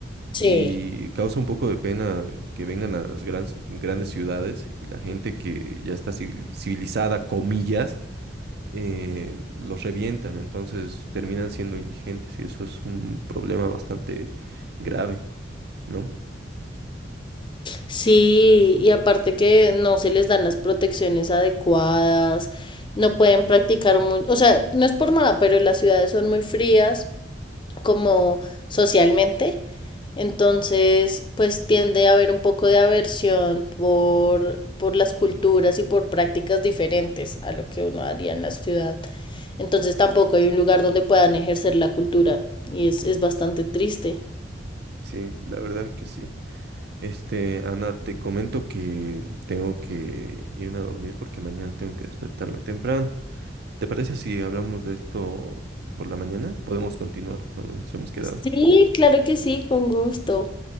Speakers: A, on the left; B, on the right.
A: Sí.
B: y causa un poco de pena que vengan a las gran- grandes ciudades y la gente que ya está civili- civilizada, comillas eh, los revientan, entonces terminan siendo indigentes y eso es un problema bastante grave, ¿no?
A: Sí, y aparte que no se les dan las protecciones adecuadas, no pueden practicar mucho, o sea, no es por nada, pero las ciudades son muy frías como socialmente, entonces pues tiende a haber un poco de aversión por, por las culturas y por prácticas diferentes a lo que uno haría en la ciudad. Entonces tampoco hay un lugar donde puedan ejercer la cultura y es, es bastante triste.
B: Sí, la verdad es que sí. Este, Ana, te comento que tengo que irme a dormir porque mañana tengo que despertarme temprano. ¿Te parece si hablamos de esto por la mañana? Podemos continuar donde nos hemos quedado.
A: Sí, claro que sí, con gusto.